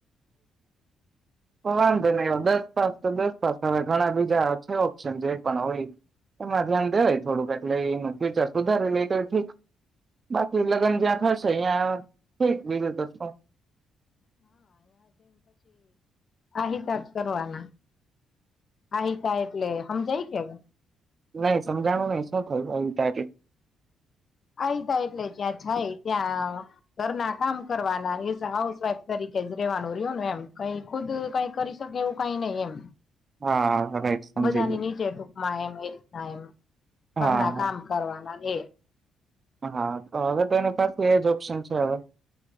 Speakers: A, on the right; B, on the left.
A: તો વાંધો નહી દસ પાસ તો દસ પાસ હવે ઘણા બીજા છે ઓપ્શન જે પણ હોય એમાં ધ્યાન દેવાય થોડુંક એટલે વિચાર સુધારી લ ઠીક બાકી લગ્ન જ્યાં થશે તં ઠીક બીજું તો શું.
B: આ હિતાજ કરવાના. આહિતા એટલે સમજાય કે
A: નઈ સમજાણું નઈ શું થયું તથી?
B: આ ત એટલે ત્યાં જાય ત્યાં ઘરના કામ કરવાના એઝ હાઉસવાઈફ તરીકે જ રેવાનું રહ્યો એમ કઈ ખુદ કઈ કરી શકે એવું કઈ નહી એમ.
A: હા. રાઈટ સમજી
B: બધાની
A: ગય
B: નીચે ટૂંકમાં એમ એ રીતના એમ. કરના
A: હા હા
B: કામ કરવા એ
A: હા તો હવે તો એની પાસે એજ ઓપ્શન છે હવે.